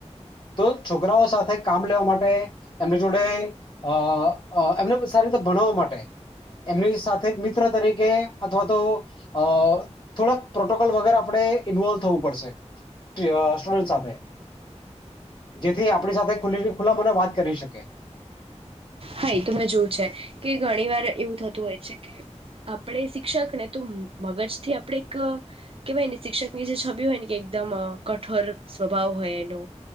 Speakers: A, on the left (about 35°); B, on the right (about 50°).
A: તો છોકરાઓ સાથે કામ લેવા માટે એમની જોડે અ અ એમને સારી રીતે ભનાવવા માટે એમની સાથે... તરીકે અથવા તો અ થોડક પ્રોટોકોલ વગ આપણે ઇન્વોલ્વ થવું પડશે અ સુડટ સાથે જેથી આપણી સાથે ખુ ખુલ્લા મને વાત કરી શકે
B: હા એ તો મેં જોયું છે કે ઘણી વાર એવું થતું હોય છે કે આપણે શિક્ષક ને તો મગજ થી આપણે એક કેવાય ને શિક્ષકની જે છબી હોય ને કે એકદમ કઠોર સ્વભાવ હોય એનો